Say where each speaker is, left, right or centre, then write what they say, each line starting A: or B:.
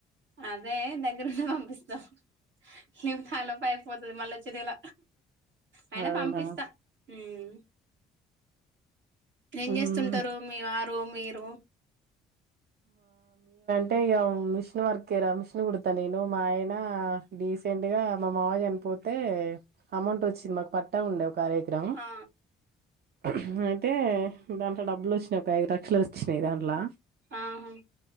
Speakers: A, on the right; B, on the right.
A: అదే దగ్గరుంటే పంపిస్తాం లేవు తాల ప అయిపోతుంది మళ్ళా వచ్చెదెల అయినా
B: అవునా
A: పంపిస్తా మ్మ్ ఏం
B: మ్మ్
A: చేస్తుంటారు మీ వారు మీరు
B: టేగ మిషన్ వర్కే ర మిషన్ కుడతా నేను మాయన రీసెంట్ గా మా మావయ్య చనిపోతే అమౌంట్ వచ్చింది, మాకు పట్టా ఉండవు. కార్యక్రమ్
A: ఆ
B: హ్మ్ అయితే దాంట్లో డబ్బులు వచ్చినాయి. ఒక ఐదు లక్షలు వచ్చినాయి దాంట్లా
A: ఆహా